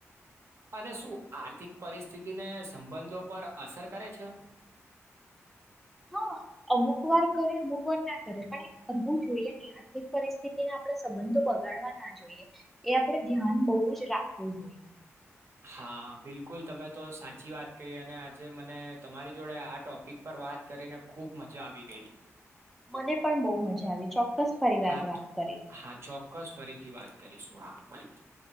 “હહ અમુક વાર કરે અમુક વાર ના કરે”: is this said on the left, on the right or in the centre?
Centre